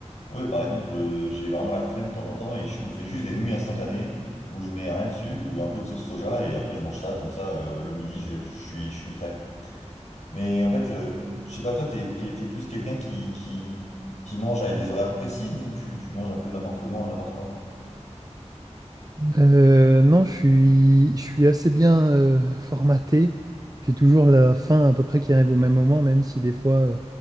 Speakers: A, on the left; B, on the right.
A: ouais, par exemple, euh, j'ai vraiment la flemme de temps en temps et je me fais juste des nouilles instantanées où je mets rien dessus ou un peu de sauce soja et après je mange ça comme ça euh, le midi, je, je suis, je suis prêt. Mais en fait, euh, je sais pas, toi, t'es, t'es, t'es plus quelqu'un qui, qui, qui mange à des horaires précises ou tu, tu manges un peu n'importe comment, n'importe quand?
B: Euh, non, je suis, je suis assez bien euh, formaté. J'ai toujours la fin à peu près qui arrive au même moment, même si des fois euh,